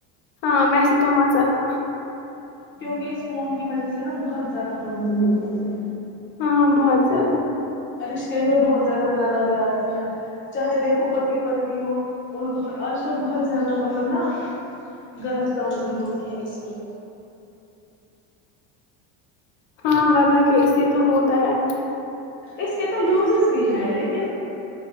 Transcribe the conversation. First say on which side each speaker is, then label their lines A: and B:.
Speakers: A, on the left; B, on the left.
A: ہاں ویسے تو مزہ تھا
B: کیونکہ اس فون کی وجہ سے نا بہت زیادہ پرابلم ہو جاتی ہے
A: ہاں بہت زیادہ
B: رشتے میں بہت زیادہ دراریں آتی ہیں چاہے دیکھو پتی پتنی ہو اور بہت آج تو بہت زیادہ مطلب نا غلط کام بھی ہوتی ہیں اس میں
A: ہاں ورنہ کہ اس سے تو ہوتا ہے
B: اس کے تو یوزز بھی ہے لیکن